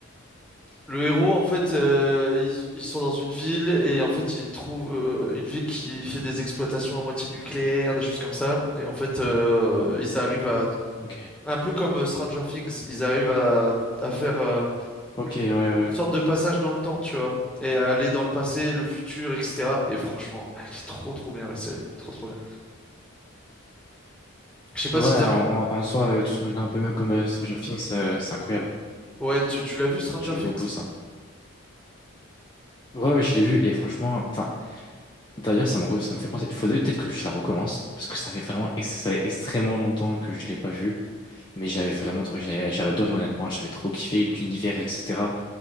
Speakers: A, in the centre; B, on the left.
A: le héros en fait, euh, ils, ils sont dans une ville et en fait ils trouvent euh, une ville qui fait des exploitations à moitié nucléaires, des choses comme ça, et en fait euh, ils arrivent à,
B: ok,
A: un peu comme euh, Stranger Things, ils arrivent à, à faire euh,
B: ok, ouais, ouais.
A: une sorte de passage dans le temps, tu vois. Et à aller dans le passé, le futur, etc. Et franchement, elle est trop trop bien la série. Trop trop bien. Je sais pas
B: Ouais,
A: si
B: en,
A: t'as vu.
B: en- en soi, euh, tout ce monde-là, un peu même comme euh, Stranger Things, euh, c'est incroyable.
A: Ouais, tu, tu l'as vu Stranger
B: J'aime
A: Things?
B: beaucoup ça. Ouais, ouais, je l'ai vu et franchement, enfin, d'ailleurs, ça me, re- ça me fait penser. Il faudrait peut-être que je la recommence parce que ça fait vraiment, ex- ça fait extrêmement longtemps que je l'ai pas vue, mais j'avais vraiment, trop- j'avais j'avais adoré honnêtement, j'avais trop kiffé l'univers, etc.